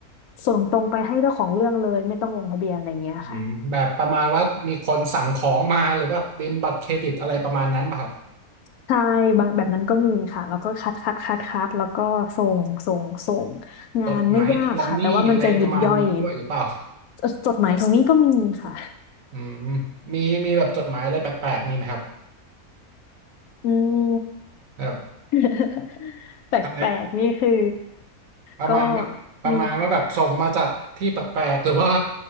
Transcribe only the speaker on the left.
ส่งตรงไปให้เจ้าของเรื่องเลยไม่ต้องลงทะเบียนอะไรอย่างเงี้ยค่ะ
ใช่บางแบบนั้นก็มีค่ะแล้วก็คัดคัดคัดคัดแล้วก็ส่งส่งส่งงานไม่ยากค่ะแต่ว่ามันจะหยิบย่อย
จจดหมายตรงนี้ก็มีค่ะ
อืม
<laughs> แปลกๆนี่คือ
ก็มี